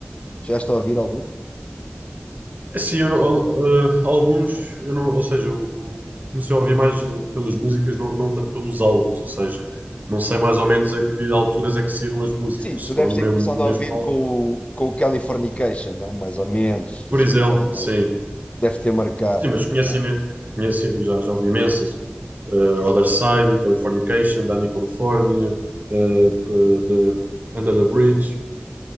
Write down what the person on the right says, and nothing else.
É, Sim, eu não- al- eh, alguns, eu não, ou seja, eu eu comecei a ouvir mais eh, pelas músicas, não, não tanto pelos álbuns, ou seja, não sei mais ou menos a que alturas é que saíram as músicas,
se foram
no
mesmo,
no mesmo
álbum,
por exemplo,
sim,
sim, mas conheci,
imen- conheci já, já ouvi imensas, eh,
Other Side, Californication, Danny California, eh, eh, the- Under the Bridge,